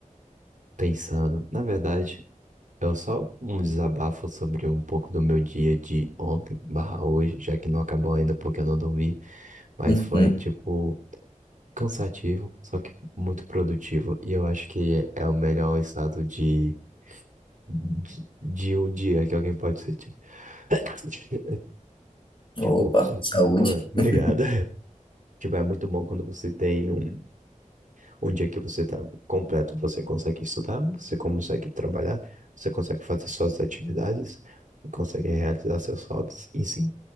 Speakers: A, on the right; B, on the left.
A: pensando, na verdade, é só um desabafo sobre um pouco do meu dia de ontem barra hoje, já que não acabou ainda porque eu não dormi, mas
B: Uhum.
A: foi, tipo, cansativo, só que muito produtivo, e eu acho que é o melhor estado de, de, de um dia que alguém pode sentir. <laughs> Tipo,
B: Opa, saúde.
A: ué, obrigado.
B: <laughs>
A: Tipo, é muito bom quando você tem um, um dia que você tá completo, você consegue estudar, você consegue trabalhar, você consegue fazer suas atividades, consegue realizar seus hobbies, e sim,